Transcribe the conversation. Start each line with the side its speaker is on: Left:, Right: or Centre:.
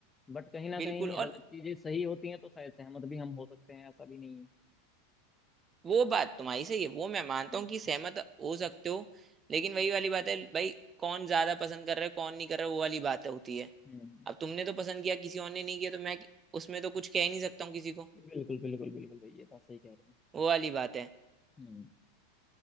Left: बट कहीं ना
Right: बिल्कुल
Left: कहीं अगर
Right: और
Left: चीजें सही होती हैं तो शायद सहमत भी हम हो सकते हैं ऐसा भी नहीं है
Right: वो बात तुम्हारी सही है वो मैं मानता
Left: हम्म
Right: हूँ कि सहमत हो सकते हो लेकिन वही वाली बात है भाई कौन ज्यादा पसंद कर रहा है कौन नहीं कर रहा है, वो वाली बात होती है
Left: हम्म,
Right: अब तुमने तो पसंद किया किसी और ने नहीं किया तो मैं उसमें तो कुछ कह ही नहीं सकता हूँ किसी को
Left: बिल्कुल बिल्कुल बिल्कुल भाई ये बात सही कह रहे हो
Right: वो वाली बात है
Left: हम्म